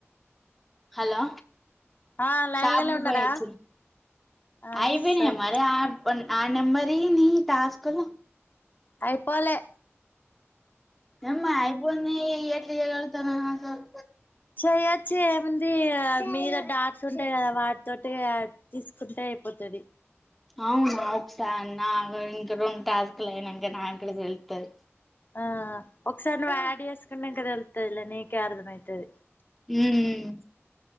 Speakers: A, in the centre; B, on the left (about 40°).
A: హలో
B: ఆ లైన్లనే
A: షాపుకు
B: ఉన్నారా
A: బోయి వచ్చిన
B: ఆ
A: ఆయిపోయినయా
B: సరే
A: మరి ఆ ఆ నెంబర్ యి నీ టాస్కులు
B: అయిపోలే
A: ఏమ్మా అయిపోయినయ్ ఎట్ల ఇయ్యగలుగుతరు అసలు
B: చెయ్యొచ్చు ఏముంది మీద డాట్స్ ఉంటాయి కదా వాటితోటి తీసు కుంటే అయిపోతది
A: అవును నాకు గూడ ఇంగ రెండు టాస్క్ లు అయినంక నాకు గూడ తెలుస్తది.
B: ఆ ఒకసారి నువ్వు యాడ్ జేసుకునంక తెలుత్తదిలే నీకే అర్థమయితది.
A: ఉమ్